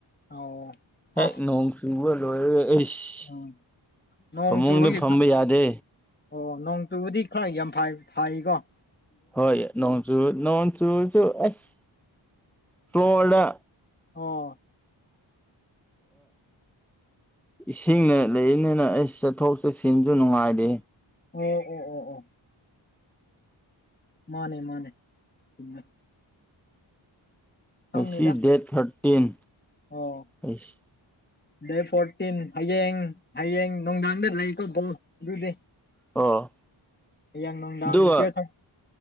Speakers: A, on the left; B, in the centre.
A: ꯑꯣ
B: ꯍꯦꯛ
A: ꯑꯁ
B: ꯅꯣꯡ ꯆꯨꯕ ꯂꯣꯏꯔꯦ ꯑꯩꯁ
A: ꯎꯝ ꯅꯣꯡ
B: ꯐꯃꯨꯡꯗ
A: ꯆꯨꯕꯒꯤ
B: ꯐꯝꯕ ꯌꯥꯗꯦ
A: ꯑꯣ ꯅꯣꯡꯆꯨꯕꯗꯤ ꯈꯔ ꯌꯥꯝ ꯐꯥꯏ ꯐꯥꯏꯀꯣ
B: ꯍꯣꯏ ꯅꯣꯡꯆꯨ ꯅꯣꯡ ꯆꯨꯔꯁꯨ ꯑꯁ ꯐ꯭ꯂꯣꯔꯗ
A: ꯑꯣ
B: ꯏꯁꯤꯡꯅ ꯂꯩꯔꯤꯅꯤꯅ ꯑꯩ ꯆꯠꯊꯣꯛ ꯆꯠꯁꯤꯟꯁꯨ ꯅꯨꯡꯉꯥꯏꯔ
A: ꯑꯣ ꯑꯣ ꯑꯣ ꯑꯣ ꯃꯥꯅꯦ ꯃꯥꯅꯦ ꯆꯨꯝꯃꯦ
B: ꯉꯁꯤ
A: ꯈꯪꯗꯦꯗ
B: ꯗꯦꯠ ꯊꯥꯔꯇꯤꯟ
A: ꯑꯣ
B: ꯑꯩꯁ
A: ꯗꯦꯠ ꯐꯣꯔꯇꯤꯟ ꯍꯌꯦꯡ ꯍꯌꯦꯡ ꯅꯨꯡꯗꯥꯡꯗ ꯂꯩꯀꯣ ꯕꯣꯜ ꯑꯗꯨꯗꯤ
B: ꯑꯣ
A: ꯍꯌꯦꯌꯥꯡ ꯅꯨꯡꯗꯥꯡ
B: ꯑꯗꯨꯒ
A: ꯄꯔꯦ